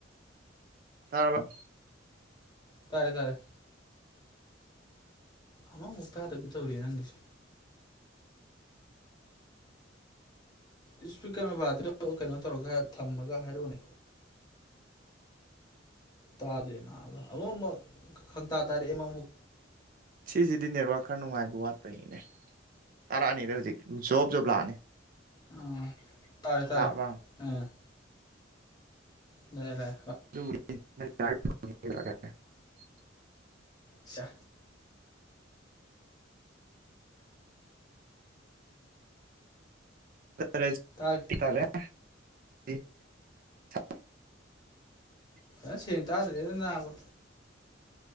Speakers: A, on the right; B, on the left.
A: ꯇꯥꯔꯔꯕ
B: ꯇꯥꯔꯦ ꯇꯥꯔꯦ ꯑꯃꯃꯨꯛ ꯇꯥꯗꯕꯤ ꯇꯧꯔꯤ ꯅꯪꯒꯤꯁꯦ ꯏꯁ ꯩꯅꯣꯕꯥꯗꯣ ꯀꯩꯅꯣ ꯇꯧꯔꯒ ꯊꯝꯃꯒ ꯍꯥꯏꯔꯛꯅꯦ ꯇꯥꯖꯦꯅ ꯑꯃꯛ ꯈꯪ ꯇꯥꯔꯦꯃꯛ
A: ꯁꯤꯁꯤꯗꯤ ꯅꯦꯠꯋꯥꯔ ꯈꯔ ꯅꯨꯡꯉꯥꯏꯕ ꯋꯥꯠꯄꯒꯤꯅꯦ ꯇꯔꯛꯑꯅꯤꯗ ꯍꯧꯖꯤꯛ ꯖꯣꯞ ꯖꯣꯞ ꯂꯥꯛꯑꯅꯤ
B: ꯑꯥ ꯇꯥꯔꯦ ꯇꯥꯔꯦ
A: ꯂꯥꯛꯑꯕ
B: ꯎꯝ ꯂꯩ ꯂꯩ
A: <unintelligible> <unintelligible>
B: ꯑꯆꯥ
A: <unintelligible>
B: ꯇꯥꯒꯦ
A: ꯇꯥꯔꯦ <unintelligible>
B: ꯑꯦ ꯁꯦꯡ ꯇꯥꯗ꯭ꯔꯦꯅ ꯅꯥꯕ